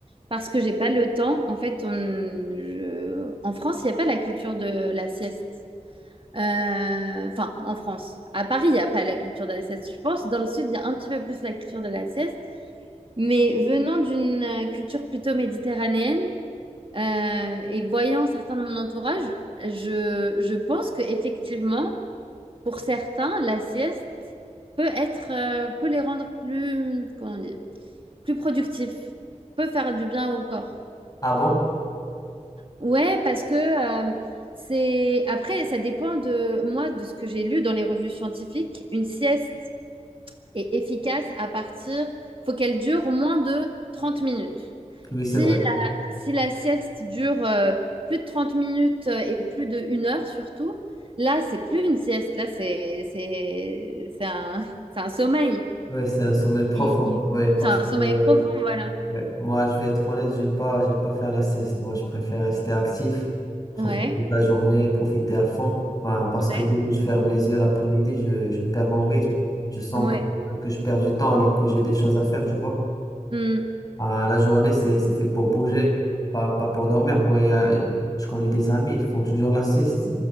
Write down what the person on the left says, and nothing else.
Ah bon?
Oui,
c'est vrai.
Oui, c'est un sommeil profond.
Oui, parce
que
Ouais, Moi, je vais être honnête, j'aime pas, j'aime pas faire la sieste. Moi, je préfère rester actif, profiter
de la journée, profiter à fond. Ben, parce
que dès que je ferme les yeux l'après-midi, je, je perds mon rythme. Je sens
que, que je perds du temps alors que j'ai des choses à faire, tu vois.
Ah, la journée, c'est, c'est fait pour bouger, pas, pas pour dormir. Moi, il y a- je connais des amis, ils font toujours la sieste.